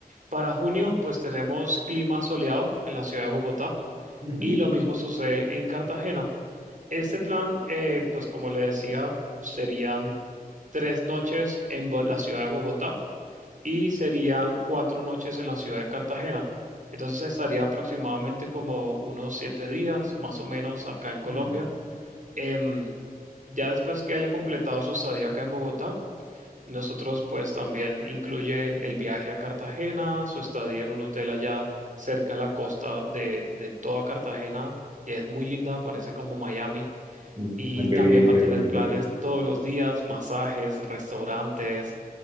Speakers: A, on the right; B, on the right.
A: Para junio, pues tenemos clima soleado en la ciudad de Bogotá
B: ujú,
A: y lo mismo sucede en Cartagena. Este plan, eh, pues como le decía, serían tres noches en Bo- la ciudad de Bogotá y serían cuatro noches en la ciudad de Cartagena. Entonces estaría aproximadamente como unos siete días, más o menos, acá en Colombia.
B: ujú,
A: Em, ya después que haya completado su estadía acá en Bogotá, nosotros pues también incluye el viaje a Cartagena, su estadía en un hotel allá cerca de la costa de, de toda Cartagena, que es muy linda, parece como Miami,
B: ujú.
A: y
B: Ah, qué
A: también
B: bien,
A: va
B: qué
A: a tener
B: bonito.
A: planes todos los días, masajes, restaurantes